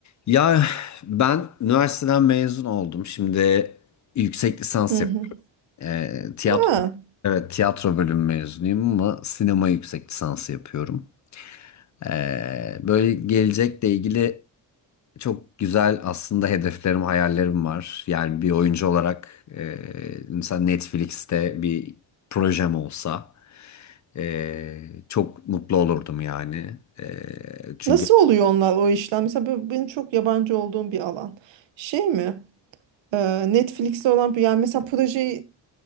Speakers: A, on the left (about 40°); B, on the right (about 80°).
A: Ya ben üniversiteden mezun oldum. Şimdi yüksek lisans
B: Hı hı.
A: yapıyorum. Ee, tiyatro
B: Ha,
A: evet tiyatro bölümü mezunuyum ama sinema yüksek lisansı yapıyorum. Ee, böyle gelecekle ilgili çok güzel aslında hedeflerim, hayallerim var. Yani bir oyuncu olarak e, mesela Netflix'te bir projem olsa e, çok mutlu olurdum yani. E, çünkü
B: nasıl oluyor onlar o işlem? Mesela bu- benim çok yabancı olduğum bir alan. Şey mi? Ee, Netflix'te olan bir yani mesela projeyi